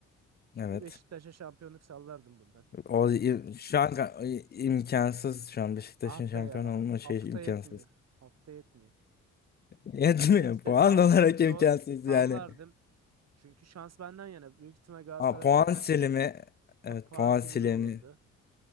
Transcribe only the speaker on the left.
evet.
O i- şu an ka- imkansız şu an Beşiktaş'ın
şampiyon
olma şey
imkansız.
<laughs> Yetmiyor.
Puan
olarak
imkansız
yani.
Aa, puan
silimi. Evet,
puan
silimi.